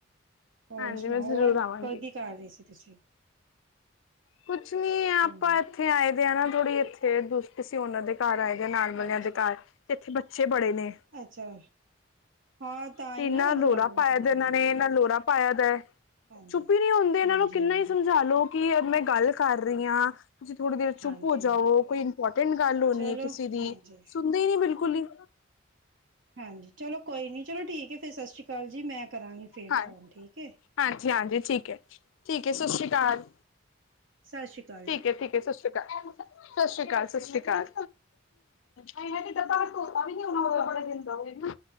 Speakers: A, on the right; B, on the left.
A: ਹੋਰ
B: ਹਾਂਜੀ
A: ਸੁਣਾਓ,
B: ਮੈਂ ਜ਼ਰੂਰ
A: ਹੋਰ
B: ਆਵਾਂਗੀ
A: ਕਦੀ ਕੀ ਕਰ ਰਹੇ ਸੀ ਤੁਸੀਂ
B: ਕੁਛ ਨੀ ਆਪਾਂ,
A: ਹਾਂਜੀ
B: ਇੱਥੇ ਆਏ <unintelligible> ਥੋੜ੍ਹੀ ਇੱਥੇ ਦੂਸ ਤੁਸੀਂ ਉਹਨਾਂ ਦੇ ਘਰ ਆਏ ਨਾਲ ਵਾਲਿਆਂ
A: ਅੱਛਾ
B: ਦੇ ਘਰ, ਇੱਥੇ ਬੱਚੇ ਬੜੇ ਨੇ
A: ਅੱਛਾ ਹਾਂ ਤਾਂ
B: ਤੇਨਾਂ
A: ਹੀ ਨਾ ਰੌਲਾ
B: ਲੋਰਾ
A: ਬਹੁਤ
B: ਪਾਇਆ
A: ਆ
B: ਇਹਨਾਂ
A: ਰਿਹਾ ਬੱਚਿਆਂ
B: ਨੇ, ਇਹਨਾਂ
A: ਦਾ
B: ਲੋਰਾ ਪਾਇਆ ਦਾ
A: ਹਾਂਜੀ
B: ਚੁੱਪ ਨੀ ਹੁੰਦੇ, ਇਹਨਾਂ
A: ਹਾਂਜੀ
B: ਨੂੰ ਕਿੰਨਾ
A: ਹਾਂਜੀ
B: ਹੀ ਸਮਝਾ ਲੋ, ਕਿ ਮੈਂ ਗੱਲ ਕਰ ਰਹੀ ਹਾਂ। ਤੁਸੀਂ ਥੋੜੀ ਦੇਰ
A: ਹਾਂਜੀ
B: ਚੁੱਪ ਹੋ ਜਾਓ, ਕੋਈ ਇੰਪੋਰਟੈਂਟ ਗੱਲ ਹੋਣੀ
A: ਚਲੋ
B: ਕਿਸੇ ਦੀ,
A: ਹਾਂਜੀ
B: ਸੁਣਦੇ ਹੀ ਨੀ ਬਿਲਕੁਲ ਹੀ
A: ਹਾਂਜੀ, ਚਲੋ ਕੋਈ ਨੀ ਚਲੋ ਠੀਕ ਹੈ ਫੇਰ ਸਸ਼੍ਰੀ ਅਕਾਲ ਜੀ। ਮੈਂ ਕਰਾਂਗੀ ਫੇਰ
B: ਹਾਂ
A: ਫੋਨ ਠੀਕ ਹੈ।
B: ਹਾਂਜੀ -ਹਾਂਜੀ ਠੀਕ ਹੈ ਠੀਕ ਹੈ ਸਸ਼੍ਰੀ ਅਕਾਲ।
A: ਸਸ੍ਰੀ ਅਕਾਲ ਜੀ।
B: ਠੀਕ ਹੈ, ਠੀਕ ਹੈ, ਸਸ਼੍ਰੀ ਅਕਾਲ, ਸਸ਼੍ਰੀ ਅਕਾਲ, ਸਸ਼੍ਰੀ ਅਕਾਲ। ਹਾਏ ਹਾਏ ਡੱਬਾ ਧੋਤਾ ਵੀ ਨਹੀਂ ਹੋਣਾ ਉਹ ਵਾਲੇ ਦਿਨ ਦਾ ਉਹੀ ਨਾ